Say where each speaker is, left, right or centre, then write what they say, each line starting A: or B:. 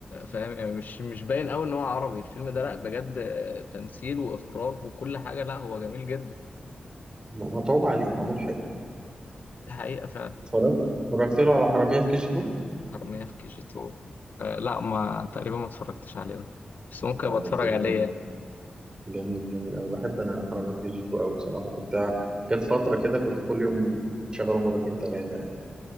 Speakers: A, on the left (about 70°); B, on the right (about 30°).
A: فاهم يعني مش مش باين أوي إن هو عربي الفيلم ده لأ بجد آه، تمثيل وإخراج وكل حاجة لأ هو جميل جدا
B: م- متعوب عليه معمول حلو
A: ده حقيقة فعلا
B: اتفرجت اتفرجت له على حرامية في كي جي 2
A: حرامية في كي جي تو آه، لأ ما تقريبا ما اتفرجتش عليه ده. بس ممكن
B: يعني
A: أبقى أتفرج
B: الفيلم
A: عليه
B: ده جميل جميل أوي بحب أنا حرامية في جي 2 أوي بصراحة كنت ع- جت فترة كده كنت كل يوم شغاله مرتين تلاتة يعني